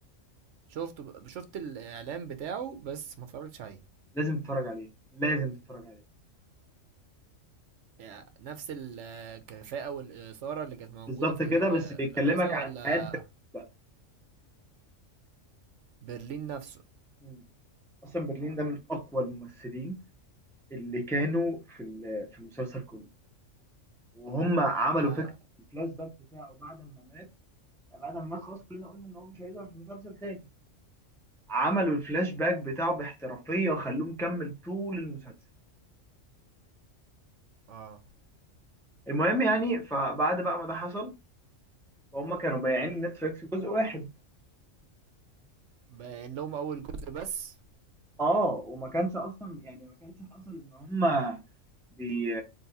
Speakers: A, on the right (about 70°); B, in the centre.
A: شفته شفت الاعلان بتاعه بس ما اتفرجتش عليه
B: لازم تتفرج عليه لازم تتفرج عليه
A: يعني نفس الكفاءة والإثارة اللي كانت موجودة
B: بالظبط
A: في
B: كده
A: ال-
B: بس بيكلمك
A: الكذا ولا
B: عن حياة برلين بقى
A: برلين نفسه
B: مم. اصلا برلين ده من اقوى الممثلين اللي كانوا في ال- في المسلسل كله وهم عملوا
A: انا
B: فكره الفلاش باك بتاعه بعد ما مات يعني بعد ما مات خلاص كلنا قلنا ان هو مش هيظهر في المسلسل تاني عملوا الفلاش باك بتاعه باحترافيه وخلوه مكمل طول المسلسل
A: اه
B: المهم يعني فبعد بقى ما ده حصل فهم كانوا بايعين نتفليكس جزء واحد
A: بان لهم اول جزء بس
B: اه وما كانش اصلا يعني ما كانش حصل ان هم بي,